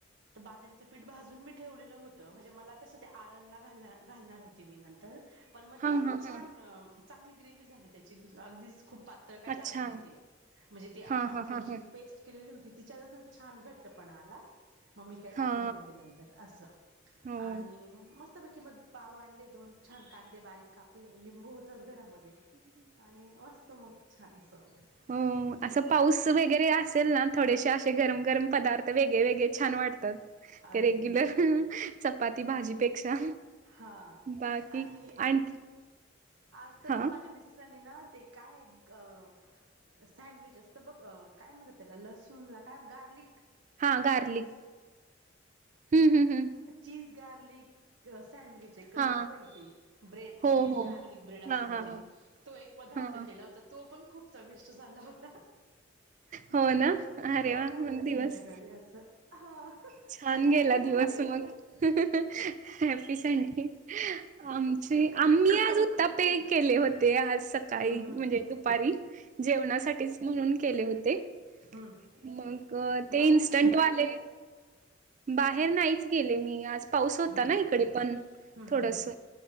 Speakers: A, on the right (about 85°); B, on the right (about 40°).
A: तर बाजरीचं पीठ भाजून मी ठेवलेलं होतं म्हणजे मला कसं ते आळणला घाल घालणार होती मी नंतर. पण मग
B: हा
A: तेच
B: हा हा
A: छान चांगली ग्रेवी झाली त्याची अगदीच खूप पातळ काय झालं
B: अच्छा
A: नाही ते. म्हणजे ती आपण
B: हा हा हा
A: जी
B: हा
A: पेस्ट केलेली होती तिच्यात छान घट्टपणा आला. मग मी काय टाकलं
B: हा
A: नाही ते नंतर असं
B: हो
A: आणि मस्तपैकी मग. पाव आणले दोन छान कांदे बारीक कापले लिंबू होतच घरामध्ये. आणि मस्त मग छान असं.
B: हो असं पाऊस वगैरे असेल ना. थोडेसे असे गरम गरम पदार्थ वेगळे वेगळे छान वाटतात.
A: अगदीच
B: ते रेग्युलर. चपाती भाजीपेक्षा.
A: हा
B: बाकी
A: आणि
B: आणखी
A: आज तर
B: हा
A: ना माझ्या मिस्ट - चंनी ना ते काय अ गं. सँडविच असतं बघ अ काय म्हणतात त्याला, लसूण ला काय गार्लिक.
B: हा गार्लिक हूं हूं!
A: Cheese garlic. सँडविच एक
B: हा
A: असत बाई ते ब्रेड
B: हो
A: चीज
B: हो
A: गार्लिक ब्रेड असं
B: हा
A: काहीतरी.
B: हा हा
A: तो एक पदार्थ
B: हा
A: केला होता. तो पण खूप चविष्ट झाला होता. मग
B: हो ना अरे
A: तो
B: वा
A: खाल्ला
B: मग दिवस
A: संध्याकाळी अस हा
B: छान
A: हॅपी
B: गेला
A: संडे.
B: दिवस हॅपी संडे आमची,
A: तू काय
B: आम्ही
A: बनवलीस
B: आज उत्त पें केले होते आज सकाळी
A: हम्म हम्म
B: म्हणजे दुपारी, जेवणासाठीच म्हणून केले हो ते
A: हम्म हम्म
B: मग ते
A: बाहेर
B: इन्स्टंटवाले
A: नव्हती गेली आज
B: बाहेर नाहीच गेले मी आज. पाऊस होता
A: हम्म
B: ना इकडे पण
A: हम्म हम्म
B: थोडस
A: हम्म